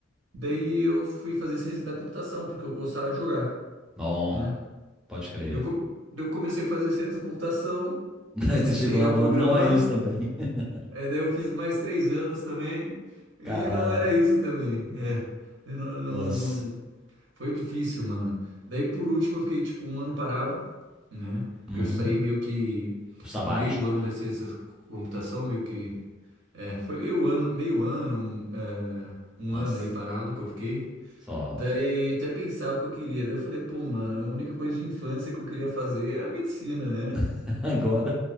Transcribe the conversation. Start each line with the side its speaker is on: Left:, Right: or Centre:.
Right: daí eu fui fazer ciência da computação, porque eu gostava de jogar,
Centre: não,
Right: né?
Centre: pode crer.
Right: Eu, com- eu comecei a fazer ciência da computação,
Centre: <laughs> Aí
Right: comecei
Centre: você chegou lá
Right: a
Centre: e falou,
Right: programar,
Centre: não é isso também. <laughs>
Right: é, daí eu fiz mais três anos também, e
Centre: Caralho.
Right: não era isso também, é. Eu não, não,
Centre: Nossa.
Right: não. Foi difícil, mano. Daí por último eu fiquei tipo um ano parado, né? Porque
Centre: Uhum.
Right: eu saí meio que
Centre: O sabático.
Right: no meio do ano da ciência da computação, meio que. É, foi meio ano, meio ano, um, é, um
Centre: Nossa.
Right: ano aí parado que eu fiquei.
Centre: Só.
Right: Daí até pensar o que eu queria. Daí eu falei, pô, mano, a única coisa de infância que eu queria fazer era medicina, né?
Centre: <laughs> Agora.